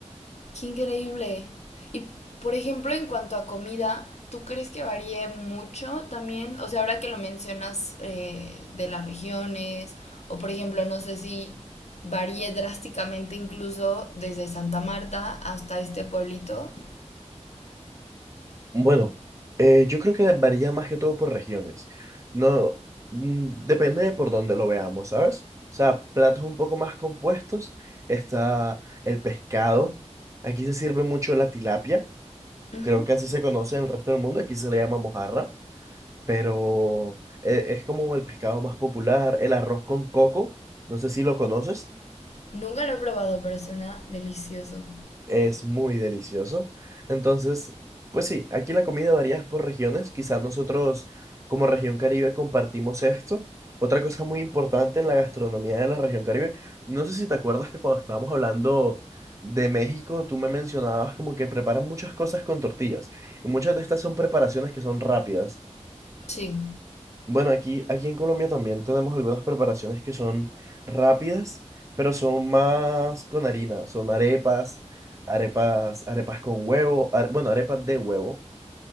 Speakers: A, on the left; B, on the right.
A: increíble. Y por ejemplo, en cuanto a comida, ¿tú crees que varíe mucho también? O sea, ahora que lo mencionas eh, de las regiones, o por ejemplo, no sé si varíe drásticamente incluso desde Santa Marta hasta este pueblito.
B: Bueno, eh, yo creo que varía más que todo por regiones. No, mm, depende de por dónde lo veamos, ¿sabes? O sea, platos un poco más compuestos, está el pescado. Aquí se sirve mucho la tilapia.
A: Ujú.
B: Creo que así se conoce en el resto del mundo. Aquí se le llama mojarra, pero eh, es como el pescado más popular. El arroz con coco, no sé si lo conoces.
A: Nunca lo he probado, pero suena delicioso.
B: Es muy delicioso. Entonces, pues sí, aquí la comida varía por regiones. Quizás nosotros como región Caribe compartimos esto. Otra cosa muy importante en la gastronomía de la región Caribe, no sé si te acuerdas que cuando estábamos hablando de México, tú me mencionabas como que preparan muchas cosas con tortillas y muchas de estas son preparaciones que son rápidas.
A: Sí.
B: Bueno, aquí, aquí en Colombia también tenemos algunas preparaciones que son rápidas, pero son más con harina. Son arepas, arepas, arepas con huevo, are- bueno, arepas de huevo,